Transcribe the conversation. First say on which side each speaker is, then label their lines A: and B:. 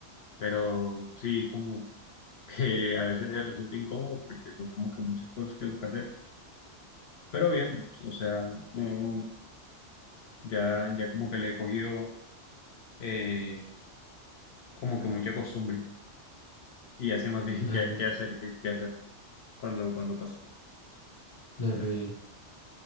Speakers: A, on the left; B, on the left.
A: Pero sí, como que a veces resulta incómodo porque son como que muchas cosas que tengo que hacer, pero bien, o sea, no, ya, ya como que le he cogido eh, como que mucha costumbre y ya sé más <laughs> bien
B: Ah,
A: qué,
B: no,
A: qué hacer, qué, qué hacer cuando, cuando pasa.
B: no, re bien.